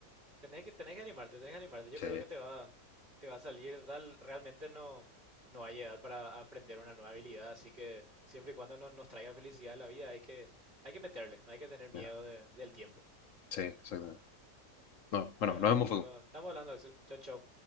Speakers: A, on the right; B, on the left.
A: Tenés que, tenés que animarte, tenés que animarte. Yo
B: Sí,
A: creo que te va, te va a salir tal. Realmente no, no hay edad para aprender una nueva habilidad, así que siempre y cuando no, nos traiga felicidad a la vida, hay que, hay que meterle, no hay que tener miedo
B: ya,
A: de- del tiempo.
B: sí, exactamente. No, bueno,
A: Bueno,
B: nos vemos,
A: no,
B: Facu.
A: estamos hablando, Axel. Chau, chau.